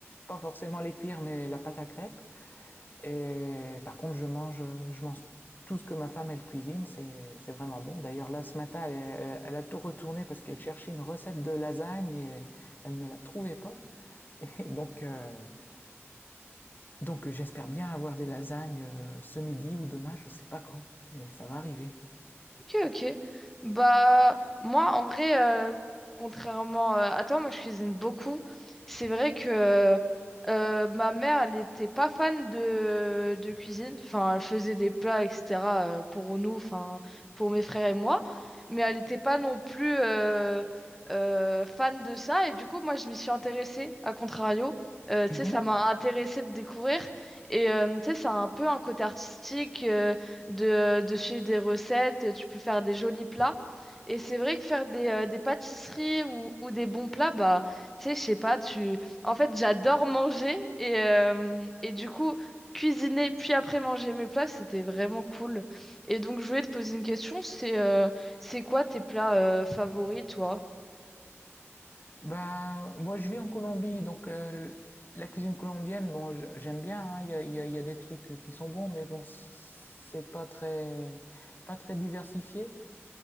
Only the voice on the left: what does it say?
pas forcément les cuire, mais la pâte à crêpes. Et par contre, je mange, je mange tout ce que ma femme, elle cuisine. C'est, c'est vraiment bon. D'ailleurs, là, ce matin, elle, elle- elle a tout retourné parce qu'elle cherchait une recette de lasagne et elle ne la trouvait pas. <laughs> Et donc, euh, donc j'espère bien avoir des lasagnes euh, ce midi ou demain, je sais pas quand, mais ça va arriver.
Mhm.
Ben moi je vis en Colombie, donc euh, la cuisine colombienne, bon, je- j'aime bien, hein, il y a, il y a- il y a des trucs euh, qui sont bons, mais bon, c'est pas très, pas très diversifié.